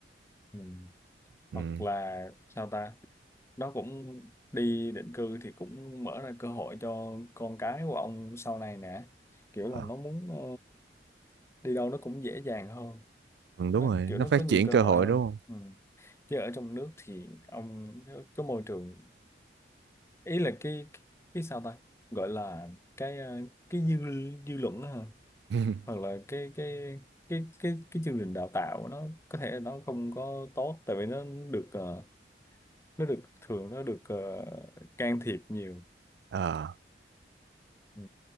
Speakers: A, on the left; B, on the right.
A: ừ.
B: ừ.
A: hoặc là sao ta nó cũng đi định cư thì cũng mở ra cơ hội cho con cái của ông sau này nè kiểu là
B: Ờ,
A: nó muốn ờ, đi đâu nó cũng dễ dàng hơn
B: ừ, đúng
A: nó
B: rồi
A: kiểu
B: nó
A: nó
B: phát
A: có nhiều
B: triển
A: cơ
B: cơ
A: hội
B: hội
A: hơn
B: đúng
A: ừ. chứ ở trong nước thì ông cái môi trường ý là cái cái sao ta gọi là cái ờ, cái dư dư luận đó, hả?
B: không <laughs>
A: hoặc là cái cái cái cái cái chương trình đào tạo nó có thể nó không có tốt tại vì nó được ờ, nó được thường nó được ờ, can thiệp nhiều
B: Ờ,
A: ừ.